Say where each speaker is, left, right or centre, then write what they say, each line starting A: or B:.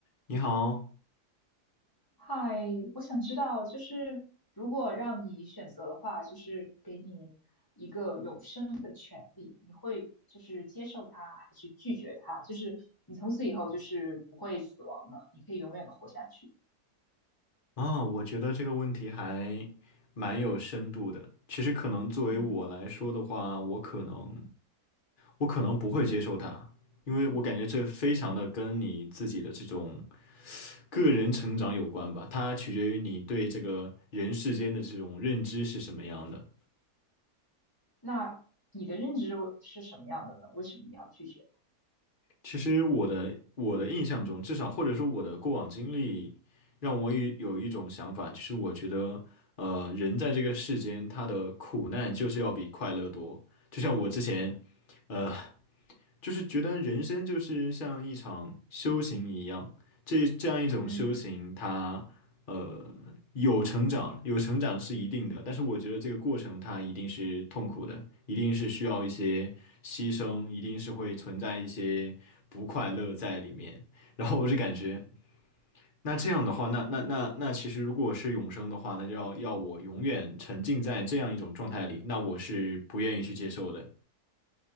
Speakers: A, on the left (about 45°); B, on the left (about 15°).
A: 你好
B: 嗨，我想知道，就是如果让你选择的话，就是给你一个永世权利，你会就是接受它，还是拒绝它？就是你从此以后就是不会死亡了，你可以永远的活下去。
A: 啊，我觉得这个问题还蛮有深度的。其实可能作为我来说的话，
B: 嗯，
A: 我可能我可能不会接受它，因为我感觉这非常的跟你自己的这种个人成长有关吧，它取决于你对这个人世间的这种认知是什么样的。
B: 那你的认知是什么样的呢？为什么你要拒绝？
A: 其实我的我的印象中，至少或者说我的过往经历，让我有有一种想法，就是我觉得，呃，人在这个世间，他的苦难就是要比快乐多。就像我之前，呃，就是觉得人生就是像一场修行一样，这这样一种修行它，
B: 嗯。
A: 呃有成长，有成长是一定的，但是我觉得这个过程它一定是痛苦的，一定是需要一些牺牲，一定是会存在一些不快乐在里面。然后我就感觉，那这样的话，那那那那其实如果是永生的话，那就要要我永远沉浸在这样一种状态里，那我是不愿意去接受的。